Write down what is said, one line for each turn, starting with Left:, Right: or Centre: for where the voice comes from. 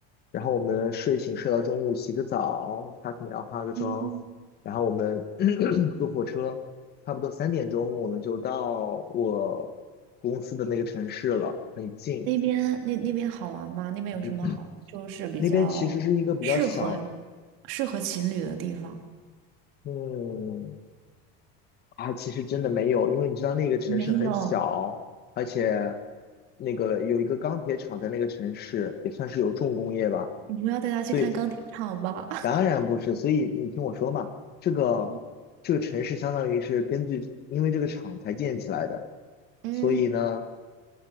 Left: 然后我们睡醒睡到中午洗个澡，她可能要化个妆，
Right: 嗯，
Left: 然后我们 <coughs> <clears throat> 坐火车，差不多三点钟我们就到我公司的那个城市了，很近。
Right: 那边那那边好玩吗？那边有什么好，
Left: 嗯
Right: 就是比较适合
Left: 那边其实是一个比较小，
Right: 适合情侣的地方？
Left: 嗯，啊，其实真的没有，因为你知道那个城市很小，
Right: 没有，
Left: 而且那个有一个钢铁厂在那个城市，也算是有重工业吧，
Right: 你不要带他去看钢铁厂吧？
Left: 所以当然不是，所以你听我说嘛，这个这个城市相当于是根据因为这个厂才建起来的，
Right: <laughs> 嗯，
Left: 所以呢